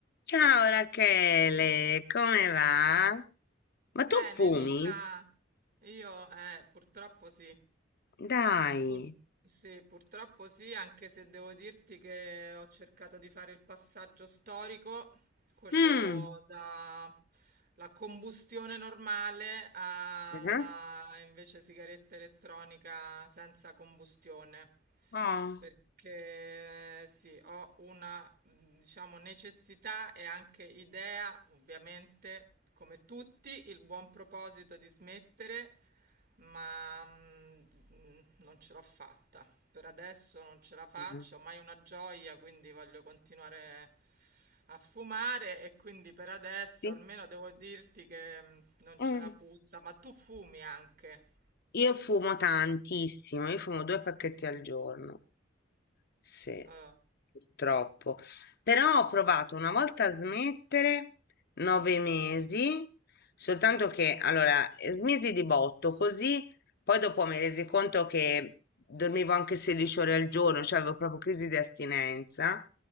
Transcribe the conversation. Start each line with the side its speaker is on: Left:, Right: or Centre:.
Left: Ciao Rachele, come va? Ma
Right: Bene,
Left: tu fumi?
Right: Nicla, io eh, purtroppo sì.
Left: Dai.
Right: Pur- sì, purtroppo sì, anche se devo dirti che ho cercato di fare il passaggio storico quello
Left: Mm.
Right: da la combustione normale alla
Left: Mhm.
Right: invece sigaretta elettronica senza combustione.
Left: Oh.
Right: Perché eh, sì, ho una, diciamo, necessità e anche idea, ovviamente, come tutti, il buon proposito di smettere, ma mm, non ce l'ho fatta. Per adesso non ce la faccio,
Left: Mm.
Right: mai una gioia, quindi voglio continuare a fumare e quindi per adesso
Left: Sì.
Right: almeno devo dirti che mh, non
Left: Mm.
Right: c'è la puzza, ma tu fumi anche.
Left: Io fumo tantissimo, io fumo due pacchetti al giorno. Sì,
Right: eh.
Left: purtroppo. Però ho provato una volta a smettere nove mesi, soltanto che allora eh, smisi di botto, così poi dopo mi resi conto che dormivo anche 16 ore al giorno, cioè avevo proprio crisi di astinenza